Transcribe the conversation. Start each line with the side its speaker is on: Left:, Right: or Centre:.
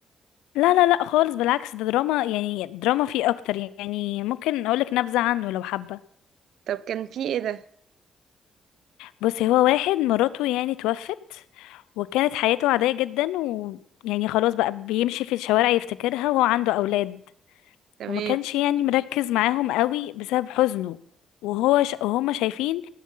Left: لا لا لا خالص بالعكس ده دراما يعني دراما فيه اكتر يعني ممكن اقولك نبذة عنه لو حابة
Right: طب كان فيه ايه ده
Left: بصي هو واحد مراته يعني توفت وكانت حياته عادية جدا ويعني خلاص بقى بيمشي في الشوارع يفتكرها وهو عنده اولاد
Right: تمام
Left: وما كانش يعني مركز معاهم قوي بسبب حزنه وهو ش... وهما شايفين